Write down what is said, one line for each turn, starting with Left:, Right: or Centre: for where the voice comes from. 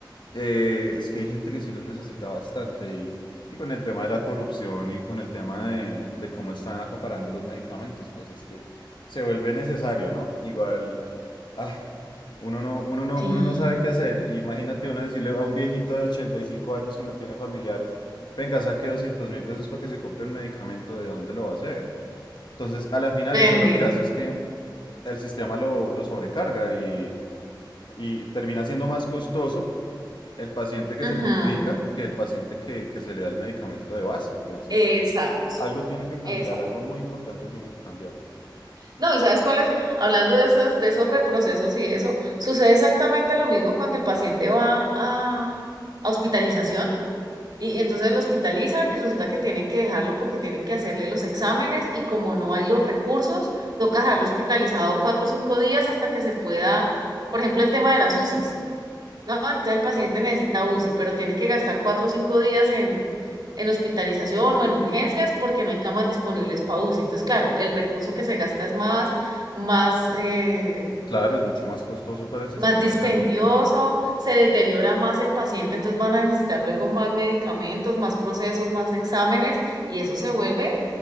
Left: eh, es que hay gente que sí los necesita bastante y, y con el tema de la corrupción y con el tema de, de cómo están acaparando los medicamentos, pues es que se vuelve necesario, ¿no? Igual Ah, uno no, uno no,
Right: Sí.
Left: uno no sabe qué hacer. Imagínate uno decirle a un viejito de 85 años que no tiene familiares, venga, saque doscientos mil pesos para que se compre el medicamento, ¿de dónde lo va a hacer? Entonces, a la final
Right: Bendito.
Left: eso lo que hace es que el sistema lo, lo sobrecarga y, y termina siendo más costoso el paciente que
Right: Ujú.
Left: se complica que el paciente que, que se le da el medicamento de base. Entonces,
Right: Exacto,
Left: algo tiene que cambiar,
Right: exacto.
Left: algo muy importante tiene que cambiar.
Right: No, ¿y sabes cuál es? Hablando de esos, de esos reprocesos y eso, sucede exactamente lo mismo cuando el paciente va a, a hospitalización y, y entonces lo hospitalizan y resulta que tienen que dejarlo porque tienen que hacerle los exámenes y como no hay los recursos, toca dejarlo hospitalizado cuatro o cinco días hasta que se pueda, por ejemplo, el tema de las UCIs. No, entonces el paciente necesita UCI, pero tiene que gastar cuatro o cinco días en, en hospitalización o en urgencias porque no hay camas disponibles para UCI. Entonces, claro, el recurso que se gasta es más, más, eh,
Left: Claro, es mucho más costoso para el sistema
Right: más dispendioso,
Left: de salud.
Right: se deteriora más el paciente, entonces van a necesitar luego más medicamentos, más procesos, más exámenes y eso se vuelve